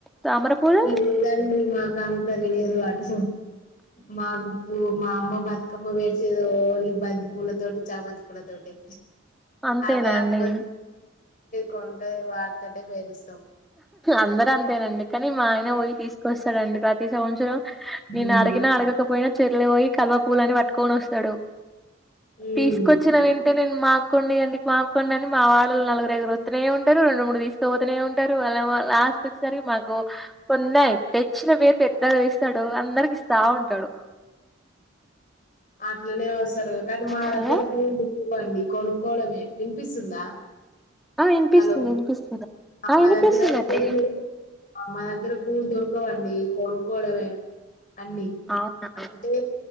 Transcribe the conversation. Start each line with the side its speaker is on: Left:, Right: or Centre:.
Centre: తామర పూలు
Left: లేదు అండి మా కాంత తెలిదు అటు మా గుప్పు మా అమ్మ బతుకమ్మ వేడిచేది ఓన్లీ బంతి పూల తోటి చామాంతి పూల తోటే
Centre: అంతేనండి
Left: అవే అబ్బ కొంట వాడుతటే బెరుసాం
Centre: అందరు అంతేనండి కానీ మా ఆయన పోయి తీసుకొస్తారండి ప్రతి సంవత్సరం నేను
Left: హ్మ్
Centre: అడిగినా అడగకపోయినా చెరువుల పోయి కల్వ పూలని పట్టుకొని వస్తాడు
Left: హ్మ్.
Centre: తీసుకొచ్చిన వెం అంటే నేను మాకు కొన్ని ఇయండి మాకు కొన్ని అని మా వాళ్ళలు నలుగురు ఐదుగురు వస్తనే ఉంటారు రెండు మూడు తీసుకపోతనే ఉంటారు తారు వాళ్ళ లాస్ట్ వచ్చేసరికి మాకు కొన్నా తెచ్చిన పేరు పెద్దగా తీస్తాడు ఒ అందరికిస్తా ఉంటాడు
Left: అట్లానే వస్తారు కానీ మా
Centre: హలో
Left: దెగ్గర పూడు ఇవ్వండి కొనుక్కోవడమే వినిపిస్తుందా
Centre: ఆ వినిపిస్తుంది
Left: హలో
Centre: వినిపిస్తుంది ఆ
Left: మా
Centre: వినిపిస్తుందండి
Left: దెగ్గర పూలు మా దెగ్గర పూలు దొరకవండి కోనుకోవడవే అన్ని
Centre: అవునా
Left: అంటే